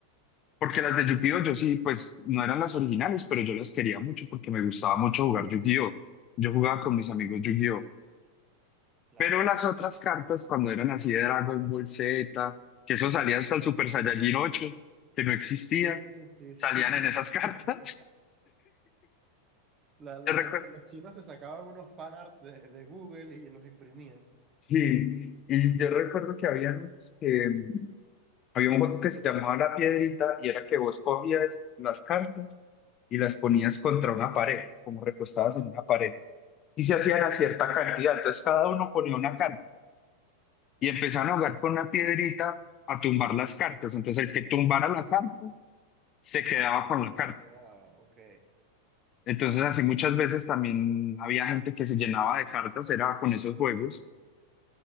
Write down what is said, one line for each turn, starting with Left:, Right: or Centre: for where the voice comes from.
Left: Porque las de Yu-Gi-Oh! yo sí, pues no eran las originales, pero yo las quería mucho porque me gustaba mucho jugar Yu-Gi-Oh! Yo jugaba con mis amigos Yu-Gi-Oh!
Right: Claro.
Left: Pero las otras cartas, cuando eran así de Dragon Ball Z, que eso salía hasta el Super Saiyajin 8, que no existía,
Right: Sí, sí, sí.
Left: salían en esas cartas.
Right: <laughs> La, la
Left: <laughs> Yo recuerdo,
Right: gente, los chinos se sacaban unos fanarts de, de Google y los imprimían.
Left: sí, y yo recuerdo que había unos que, había un juego que se llamaba La Piedrita y era que vos cogías las cartas y las ponías contra una pared, como recostadas en una pared. y se hacían a cierta cantidad. Entonces cada uno ponía una carta y empezaban a jugar con una piedrita a tumbar las cartas. Entonces el que tumbara la carta se quedaba con la
Right: Se
Left: carta.
Right: la quedaba, ok.
Left: Entonces así muchas veces también había gente que se llenaba de cartas, era con esos juegos.